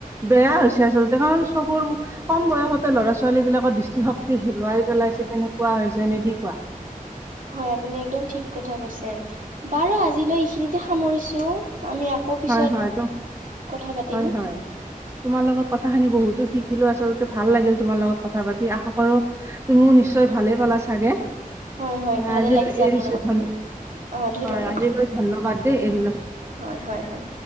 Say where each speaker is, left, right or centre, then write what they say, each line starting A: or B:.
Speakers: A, on the right; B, on the right.
A: বেয়া হৈছে, আচলতে কাৰণ চকুৰ কম বয়সতে ল'ৰা ছোৱালীবিলাকৰ দিষ্ট শক্তি হেৰুৱাই পেলাইছে, কেনেকুৱা হৈছে নেকি কোৱা।
B: হয় আপুনি একদম ঠিক কথা কৈছে বাৰু আজিলৈ এইখিনিতে সামৰিছোঁ। আমি আকৌ পিছত
A: হয় হয় তো
B: কথা পাতিম।
A: হয় হয় তোমাৰ লগত কথাখিনি বহুতো শিকিলো আচলতে ভাল লাগিল তোমাৰ লগত কথা পাতি আশা কৰো তুমিও নিশ্চয় ভালে পালা চাগে,
B: হয় হয়
A: মই
B: ভালে
A: আজিলৈ
B: লাগিছে আপোনাৰ
A: এৰিছো
B: লগত কথা
A: ধন
B: পাতি অ ধন্যবাদ
A: হয়। আজিলিলৈ ধন্যবাদ দে এৰিলো।
B: হয় হয় হয়